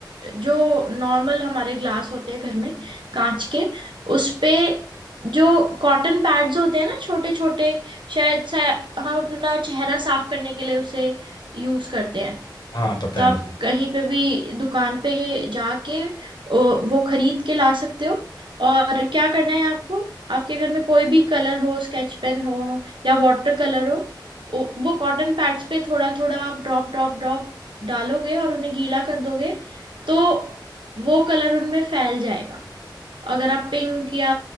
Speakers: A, on the right; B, on the left.
A: जो नॉर्मल हमारे ग्लास होते हैं घर में कांच के उस पे जो कॉटन पैड्स होते हैं ना छोटे छोटे शायद से हम अपना चेहरा साफ करने के लिए उसे यूज करते हैं
B: हाँ पता
A: तो
B: है
A: आप
B: मुझे
A: कहीं पे भी दुकान पे जाके ओ, वो खरीद के ला सकते हो और क्या करना है आपको आपके घर में कोई भी कलर हो स्केच पेन हो या वाटर कलर हो ओ- वो कॉटन पैड्स पे थोड़ा थोड़ा आप ड्रॉप ड्रॉप ड्रॉप डालोगे और उन्हें गीला कर दोगे तो वो कलर उनमें फैल जाएगा अगर आप पिंक या